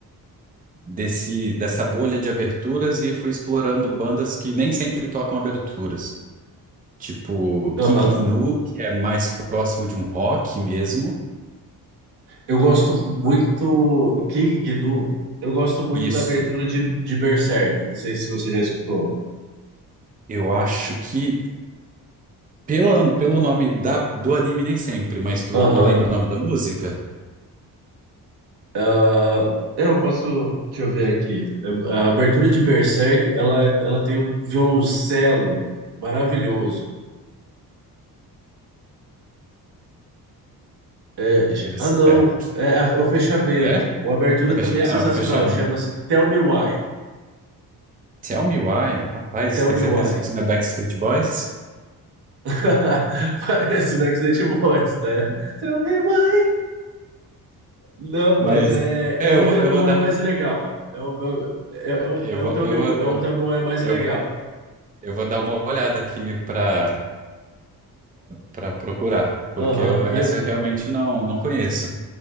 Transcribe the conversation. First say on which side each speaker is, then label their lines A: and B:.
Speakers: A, on the right; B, on the right.
A: desse dessa bolha de aberturas e fui explorando bandas que nem sempre tocam aberturas, tipo King
B: Aham.
A: Gnu, que é mais próximo de um rock mesmo.
B: Eu gosto muito. King Gnu. Eu gosto muito
A: Isso.
B: da abertura de, de Berserk. Não sei se você já escutou.
A: Eu acho que Pelo, pelo nome da, do anime, nem sempre, mas tu,
B: Aham.
A: tu lembra o nome da música?
B: Ah, eu posso. Deixa eu ver aqui. A abertura de Berserk, ela, é- ela tem um violoncelo maravilhoso. É,
A: Berserk.
B: ah, não. É, é é o fechamento.
A: É?
B: A abertura
A: Fech-
B: também é
A: ah,
B: sensacional.
A: fechar.
B: Chama-se Tell Me Why.
A: Tell me why. Rapaz,
B: Tell
A: tenho
B: Me
A: certeza
B: Why.
A: que isso não é Backstreet Boys.
B: <laughs> Parece o Backstreet Boys, né? Tell me why. Não,
A: Mas
B: mas é,
A: é,
B: é um
A: eu vou,
B: TLBY
A: eu vou dar
B: mais
A: uma.
B: legal. É um, é, é um,
A: Eu
B: é
A: vou,
B: um TLBY,
A: eu vou, eu,
B: é um TLBY mais
A: eu,
B: legal.
A: Eu vou dar uma olhada aqui para para procurar, porque
B: Aham.
A: eu, essa
B: E, eu-
A: eu realmente não não conheço.